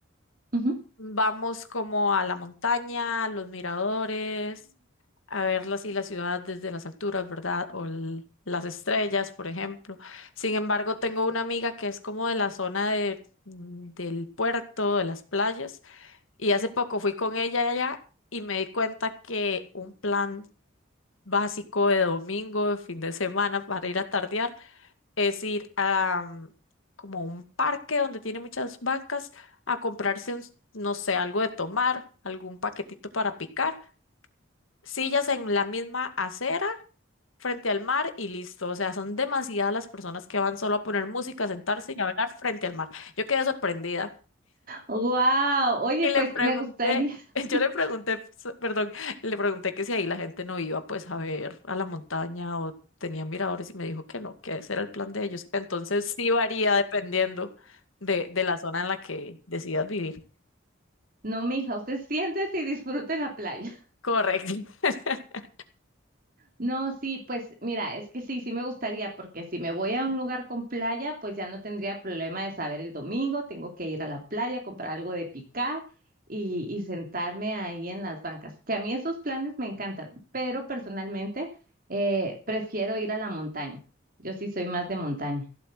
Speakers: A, on the right (about 45°); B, on the left (about 85°).
A: Ujú.
B: vamos como a la montaña, a los miradores, a ver así la ciudad desde las alturas, ¿verdad? O el- las estrellas, por ejemplo. Sin embargo, tengo una amiga que es como de la zona de, mm, del puerto, de las playas, y hace poco fui con ella allá y me di cuenta que un plan básico de domingo, de fin de semana para ir a tardear es ir a mm, como a un parque donde tiene muchas bancas a comprarse, un s- no sé, algo de tomar, algún paquetito para picar, sillas en la misma acera frente al mar y listo. O sea, son demasiadas las personas que van solo a poner música, a sentarse y a hablar frente al mar. Yo quedé sorprendida.
A: Wow, oye,
B: Y le
A: pues
B: pregunté,
A: me gustaría, <laughs>
B: <laughs> yo le pregunté, so- perdón, le pregunté que si ahí la gente no iba pues a ver a la montaña o tenían miradores y me dijo que no, que ese era el plan de ellos. Entonces sí varía dependiendo de, de la zona en la que decidas vivir.
A: no, mija, usted siéntese y disfrute la playa.
B: Correcto. <laughs>
A: No, sí, pues mira, es que sí, sí me gustaría, porque si me voy a un lugar con playa, pues ya no tendría problema de saber el domingo, tengo que ir a la playa, comprar algo de picar y, y sentarme ahí en las bancas, que a mí esos planes me encantan, pero personalmente eh, prefiero ir a la montaña. Yo sí soy más de montaña.